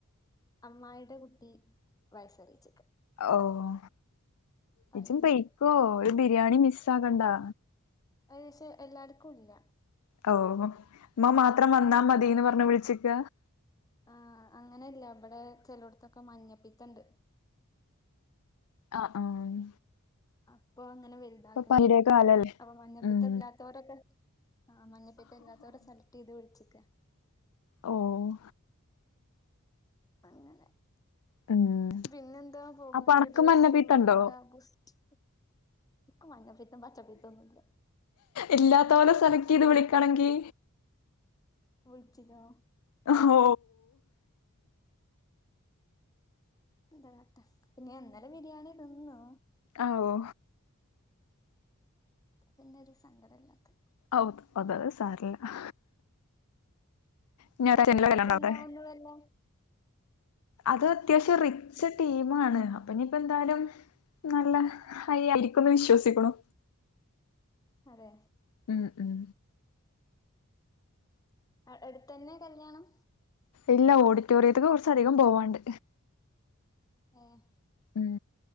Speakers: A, on the left; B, on the left.
A: അമ്മായിടെ കുട്ടി വയസ്സറീച്ചക്ക.
B: ഓഹ് ജജ്ജും
A: അയിന്റെ
B: പൈക്കോ
A: പരിപാടി
B: ഒരു ബിര്യാണി മിസ്സാകണ്ടാ.
A: അത് പക്ഷെ എല്ലാർക്കുല്ല.
B: അവൂ ഉമ്മ മാത്രം വന്നാ മതീന്ന് പർഞ്ഞ് വിൾച്ച്ക്ക.
A: ആഹ് അങ്ങനല്ല ഇവടെ ചെലോട്ത്തൊക്കെ മഞ്ഞപ്പിത്തണ്ട്.
B: ആഹ് ആഹ്.
A: അപ്പോ അങ്ങനെ വൽതാക്ക്ണില്ല
B: ഇപ്പൊ പനിയുടെ കാലല്ലേ
A: അപ്പം മഞ്ഞപ്പിത്തെല്ലാ
B: ഉം
A: ത്തോരൊക്കെ ആഹ് മഞ്ഞപ്പിത്തം ഇല്ലാത്തോരൊ സെലക്ട് ചെയ്ത് വിൾച്ചക്കാ.
B: ഓഹ്.
A: അങ്ങനെ
B: ഉം
A: പിന്നെന്താ പോകാണെങ്കി
B: അപ്പൊ അണക്ക്
A: ഡ്രസ്സും
B: മഞ്ഞപ്പീത്തണ്ടോ
A: മുട്ട ബൂസ്റ്റ്. ഇൻക്ക് മഞ്ഞപ്പിത്തം പച്ചപ്പിത്തൊന്നും ഇല്ല.
B: ഇല്ലാത്തോലെ സെലക്ട് ചെയ്ത് വിളിക്കണെങ്കി
A: വിൾച്ചിലോ
B: ഹോ
A: എന്താട്ടെ പിന്നെ ഇന്നലെ ബിരിയാണി തിന്നു.
B: ഓഹ്.
A: പിന്നെ ഒരു സങ്കടം ഇല്ലാത്തെ.
B: ഔ അതര സാരല്ല. ഇനി
A: ഇന്നത്തെ
B: ഒരച്ഛന്റെ
A: ഫുഡ്
B: കയ്യിലുണ്ടോ
A: എന്താവുന്നു
B: അവിടെ
A: വല്ലേ
B: അത് അത്യാവശ്യം റി ച്ച് ടീമാണ് അപ്പൊ ഇനിപ്പോ എന്തായാലും നല്ല ഹയ്യായിരിക്കുന്ന് വിശ്വസിക്ക്ണു.
A: അതേ.
B: ഉം ഉം
A: ആഹ് അട്ത്തന്നെ കല്ല്യാണം?
B: ഇല്ലാ ഓഡിറ്റോറിയത്ത്ക്ക് കൊർച്ച അധികം പോവാണ്ട്.
A: ഏഹ്.
B: ഉം